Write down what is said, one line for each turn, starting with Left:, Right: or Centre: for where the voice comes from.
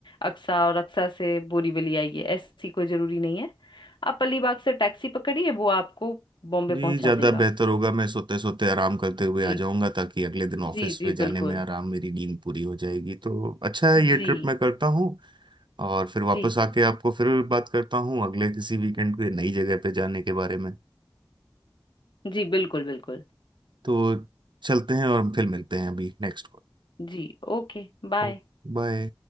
Left: अक्सा और अक्सा से बोरीवली आइए ऐसी कोई जरूरी नहीं है आप अलीबाग से टैक्सी पकड़िए वो आपको बॉम्बे
Right: जी
Left: पहुंचा
Right: ज़्यादा
Left: देगा
Right: बेहतर होगा मैं सोते सोते आराम करते हुए
Left: जी
Right: आ जाऊंगा ताकि अगले दिन ऑफिस
Left: जी
Right: पे
Left: जी
Right: जाने
Left: बिल्कुल
Right: में आराम मेरी नींद पूरी हो जाएगी तो अच्छा है ये
Left: जी
Right: ट्रिप मैं करता हूँ और फिर वापस
Left: जी
Right: आके आपको फिर बात करता हूँ अगले किसी वीकेंड पे नई जगह पे जाने के बारे में
Left: जी बिल्कुल बिल्कुल
Right: तो चलते हैं और फिर मिलते हैं अभी नेक्स्ट
Left: जी Okay bye
Right: कॉल बाय